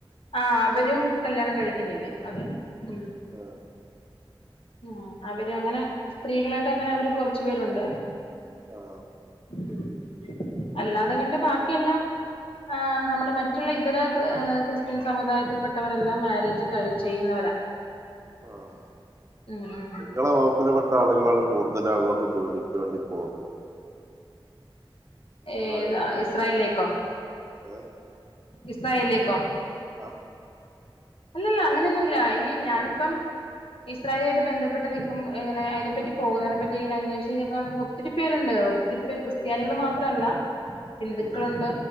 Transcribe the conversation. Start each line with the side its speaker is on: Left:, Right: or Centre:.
Left: ആഹ അവരും കല്യാണം കഴിക്കുന്നില്ല അതെ ഉം
Right: ആ
Left: ഉ അവര് അങ്ങനെ സ്ത്രീകായിട്ട് അങ്ങെ അവര് കുറച്ച് അ പേരുണ്ട്
Right: ആ
Left: ഉ അല്ലാതെ കണ്ട് ബാക്കിയല്ല ആ് നമ്മുടെ
Right: ഉം
Left: മറ്റുള്ള ഇതര ക്രിസ്ത്യൻ സമുദായത്തിൽപ്പെട്ടവരെല്ലാം മാ കഴ ചെയ്യുന്നവരാ
Right: ആഹ
Left: ഉം ഉം
Right: നിങ്ങള വകുപ്പിൽ പെട്ട ആളുകളാണ് കൂടുതലും അങ്ങോട്ട് ജോലിക്ക് വേണ്ടി പോകുന്നത് ഇസ്രായേൽക്കില്ലേ
Left: ഏതാ ഇസ്രായേലേക്കോ
Right: അതെ
Left: ഇസ്രായേലേക്ക
Right: ആ
Left: അല്ല അങ്ങനൊന്നും ല്ല ഈ
Right: അതെ
Left: ഞാനിപ്പം ഇസ്രായേല ആട്ട് ബന്ധപ്പെട്ട് നിൽക്ക്പോ ഇങ്ങന അെ പറ്റി പോകുന്നതിനെ പറ്റി ഇങ്ങനെ അവേഷിച്ചിക്ക വൾ ഒത്തിരി പേരുണ്ട് ഒത്തിരി ഇപ്പ ക്രിസ്ത്യാനികള്
Right: അതെ
Left: മാത്രല്ല ഹിന്ദുക്കളുണ്ട്
Right: അല്ല